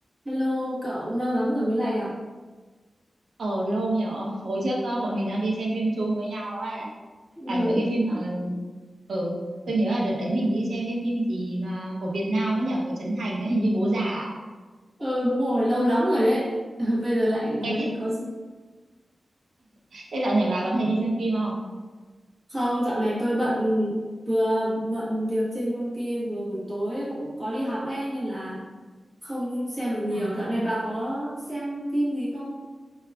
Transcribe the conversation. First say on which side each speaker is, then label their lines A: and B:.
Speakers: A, on the right; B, on the right.
A: Hello cậu, lâu lắm rồi mới lại gặp.
B: Ờ lâu nhở Hồi trước ờ, bọn mình đang đi xem phim chung với nhau á
A: Ừ,
B: À nhớ cái phim mà Ừ tôi nhớ là đợt đấy mình đi xem cái phim gì mà Của Việt Nam ấy nhở Của Trấn Thành ấy hình như bố già à?
A: ừ đúng rồi, lâu lắm rồi đấy. <laughs> Bây giờ lại
B: Ê,
A: mới
B: thế,
A: có...
B: thế dạo này bà còn hay đi xem phim không?
A: Không, dạo này tôi bận, vừa bận việc trên công ty, vừa buổi tối cũng có đi học ấy, nên là không xem được nhiều.
B: À
A: Dạo này bà có xem phim gì không?